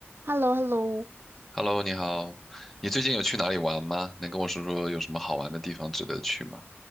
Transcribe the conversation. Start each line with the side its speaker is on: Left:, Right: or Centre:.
Right: h e l l o h e l l o
Centre: Hello，你好，你最近有去哪里玩吗？能跟我说说有什么好玩的地方值得去吗？